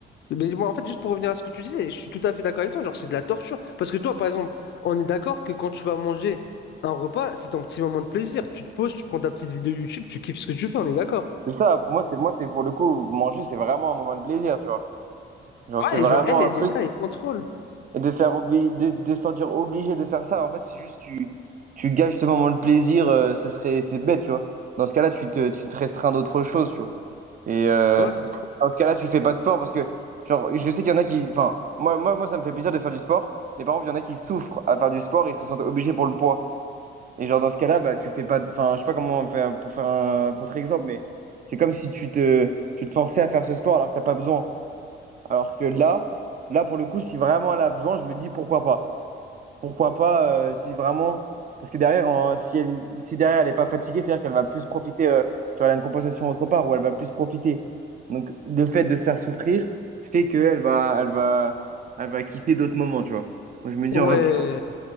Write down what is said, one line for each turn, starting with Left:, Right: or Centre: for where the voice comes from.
Left: Mais moi, en fait, juste pour revenir à ce que tu disais, je suis tout à fait d'accord avec toi. Genre, c'est de la torture. Parce que toi, par exemple, on est d'accord que quand tu vas manger un repas, c'est ton petit moment de plaisir. Tu te poses, tu prends ta petite vidéo YouTube, tu kiffes ce que tu fais, on est d'accord.
Right: c'est ça, moi, c'est, moi, c'est pour le coup, manger, c'est vraiment un moment de plaisir, tu vois. Genre,
Left: Ouais,
Right: c'est vraiment
Left: et genre, elle, elle
Right: un truc.
Left: est là, elle contrôle.
Right: Et de faire obli- de, de se sentir obligé de faire ça, en fait, c'est juste tu, tu gâches ce moment de plaisir, euh, ce serait, c'est bête, tu vois. Dans ce cas-là, tu te, tu te restreins d'autres choses, tu vois. Et euh,
Left: Ouais, c'est ça.
Right: dans ce cas-là, tu fais pas de sport parce que, genre, je sais qu'il y en a qui. Enfin, moi, moi, moi, ça me fait plaisir de faire du sport, mais par exemple, il y en a qui souffrent à faire du sport et se sentent obligés pour le poids. Et genre, dans ce cas-là, bah, tu fais pas. de- Enfin, je sais pas comment faire pour faire un contre-exemple, mais c'est comme si tu te, tu te forçais à faire ce sport alors que t'as pas besoin. Alors que là, là, pour le coup, si vraiment elle a besoin, je me dis pourquoi pas. Pourquoi pas euh, si vraiment. Parce que derrière, en- si, elle, si derrière elle n'est pas fatiguée, c'est-à-dire qu'elle va plus profiter. euh, tu vois, elle a une compensation autre part où elle va plus profiter. Donc le fait de se faire souffrir fait qu'elle va, elle va, elle va kiffer d'autres moments, tu vois. Moi, je me dis
Left: Ouais,
Right: en vrai, pourquoi pas.